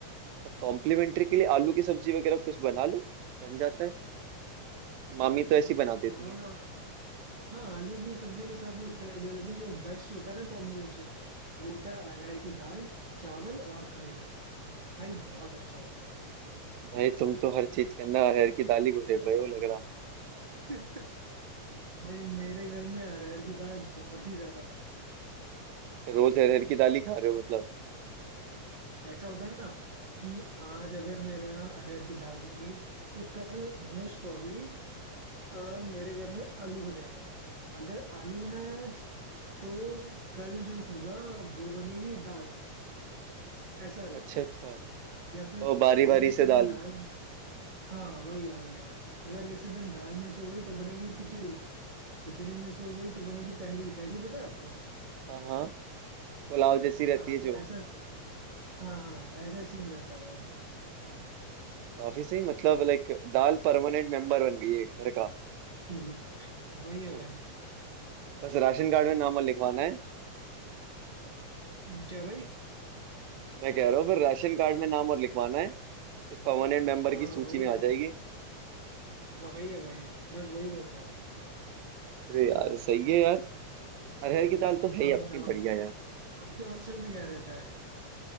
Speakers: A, on the right; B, on the right.
A: तो कॉम्प्लीमेंट्री के लिए आलू की सब्जी वगैरह कुछ बना लो बन जाता है मामी तो ऐसी बना
B: हाँ
A: देती है
B: हाँ आलू की सब्जी के साथ भी अच्छा लगेगा लेकिन जो बेस्ट होता है ना कॉम्बिनेशन वो होता है अरहर की दाल चावल और करेला भाई बहुत अच्छा होता है
A: भाई तुम तो हर चीज के अंदर अरहर की दाल ही घुसेड़ रहे हो लग रहा
B: <laughs> भाई मेरे घर में अरहर की दाल बहुत ही ज्यादा बनती है
A: रोज अरहर की दाल ही खा रहे हो मतलब
B: ऐसा होता है ना कि आज अगर मेरे यहाँ अरहर की दाल बन गई तो कल मोस्ट प्रॉबली अ, मेरे घर में आलू बनेगा अगर आलू बनाया आज तो कल जो होगा वो बनेगी दाल ऐसा होता
A: अच्छा अच्छा
B: है या फिर
A: और बारी
B: अगर
A: बारी
B: किसी
A: से
B: दिन
A: दाल
B: दाल हाँ वही है वही है अगर किसी दिन दाल मिस हो गई तो बनेगी खिचड़ी खिचड़ी मिस हो गई तो बनेगी तहड़ी तहड़ी पता है आपको
A: हाँ हाँ पुलाव जैसी रहती
B: हाँ
A: है
B: तो
A: जो
B: ऐसा हाँ हाँ ऐसा सीन रहता है भाई मेरे यहाँ
A: काफी सही मतलब लाइक दाल परमानेंट मेंबर बन गई है घर का
B: तो <laughs> वही है
A: हम्म,
B: भाई
A: बस राशन कार्ड में नाम और लिखवाना है
B: क्या भाई
A: मैं कह रहा हूँ फिर राशन कार्ड में नाम और लिखवाना है फिर परमानेंट मेंबर
B: हाँ
A: की सूची
B: वही
A: में
B: है
A: आ जाएगी
B: वही है भाई बस वही बचा है
A: अरे यार सही है यार अरहर की दाल तो है ही
B: आप
A: अपनी
B: बताओ
A: बढ़िया यार
B: आपके हॉस्टल में क्या रहता है